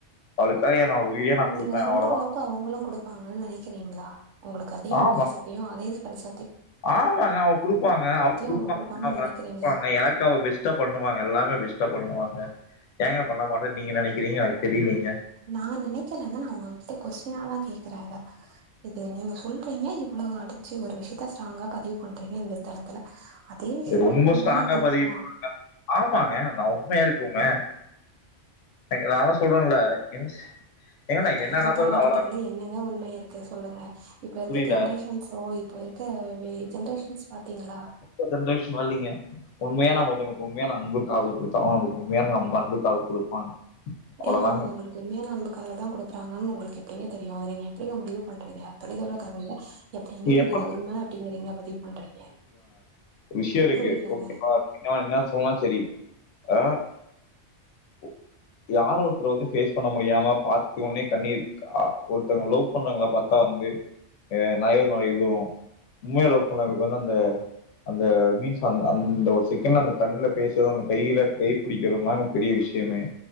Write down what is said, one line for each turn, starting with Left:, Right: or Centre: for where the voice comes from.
Left: அவளுக்காக என்னொட உயிரே நான் குடுப்பேன்
Right: நீங்க சொல்ற
Left: அவ்வளவுதான்.
Right: அளவுக்கு அவுங்களு குடுப்பாங்கன் நெனைக்கிறீங்ளா உங்குளுக்கு அதே
Left: ஆமா.
Right: முக்கிய சக் தியு அதேது கரிச
Left: ஆமாங்க அவ குடுப்பாங்க <unintelligible>
Right: அவங்க குடுப்பாங்கன்னு நெனைக்கிறீங்களா
Left: பாங்க எனக்கு அவ பெஸ்ட் டா பண்ணுவாங்க எல்லாமே பெஸ்டா பண்ணுவாங்க ஏங்க பண்ண மாட்டான் நீங்க நெனைக்கிறீங்க எனக்கு தெரிலைங்க
Right: நா நெனைக்கலங்க நா உங்ககிட்ட கொஸ்டினாதா கேக்குறே இத இது நீங்க சொல்றீங்க இவ்வளவு அடிச்சு ஒரு விஷயத்த ஸ்ட்ராங்கா பதிவு பண்றீங்க இந்த தலத்துல அதே விஷயோ
Left: ரொம்ப
Right: உண்மையா
Left: ஸ்ட்ராங்கா
Right: இருக்குமா
Left: பதிவு ஆமாங்க நா உண்மையா இருக்குங்க நாதா சொல்றன்ல என்ஸ் ஏங்க நான்
Right: இப்ப
Left: என்ன
Right: இருக்க
Left: நம்பர
Right: காலகட்டத்துல
Left: விட அவளா
Right: என்னங்க உண்ம இருக் செரி சொல்லுங்க இப்ப இருக்க
Left: புரியல.
Right: ஜென்ரேஷன்ஸோ இப்ப இருக்க எ ஜென்ரேஷன்ஸ் பாத்தீங்களா
Left: இப்ப ஜென்ரேஷன் வர்லீங்க உண்மையா நம்மத்தவ்ங்களுக்கு உண்மையான அன்பு காதல் குடுத்தோனா நமக்கு உண்மையான அன்பு காதல் குடுப்பாங்க அவ்வளவுதாங்க.
Right: ஏங்க அவுங்க உங்குளுக்கு உண்மையான அன்பு காதல்தா குடுக்குறாங்கன்னு உங்களுக்கு எப்டிங்க தெரியு அத நீங்க எப்டிங்க முடியுவு பண்றீங்க தொலைதூர காதல்ல எப்டிங்க நீங்க
Left: எப்ப
Right: அத உண்ம அப்டிங்கறீங்க பதிவு பண்றீங்க
Left: விஷயோ இருக்கு
Right: புரியலங்க
Left: ஓகேவா அதுகு நீங்க என்ன சொன்னாலு செரி ஆ உ யார ஒருத்தர வந்து பேஸ் பண்ண முடியாம பாத்தவுனே கண்ணீர் அ ஒருத்தங்க லவ் பண்றங்ளா பாத் வந்து <unintelligible> இதுவும் உண்மைய லவ் பண்ணவங்களுக்கு வந்து அந்த அந்த மீன்ஸ் அந்த அந்த ஒரு செக்கண்ட்ல அந்த கண்ணுல பேசுரது அந்த கையில கை புடிக்கிறதுதாங்க பெரிய விஷியமே